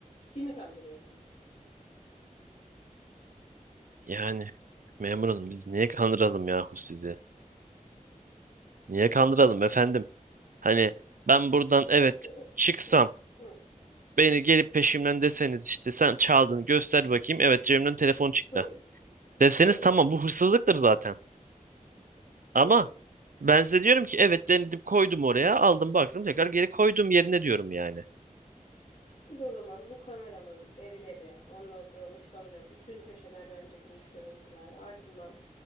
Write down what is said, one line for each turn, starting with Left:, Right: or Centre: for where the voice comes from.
Left: Kimi kandırıyorsunuz?
Right: Yani memur hanım biz niye kandıralım yahu sizi? Niye kandıralım efendim? Hani ben buradan evet
Left: De o-
Right: çıksam
Left: Hı, hı,
Right: beni gelip peşimden deseniz işte sen çaldın göster bakayım evet cebimden telefon çıktı.
Left: hı,
Right: Deseniz
Left: hı,
Right: tamam bu hırsızlıktır zaten. Ama
Left: hı.
Right: ben size diyorum ki evet denedim koydum oraya aldım baktım tekrar geri koydum yerine diyorum yani.
Left: Biz o zaman bu kameraların verileri, ondan sonra uçlanacak bütün köşelerden çekilmiş görüntüler, ardından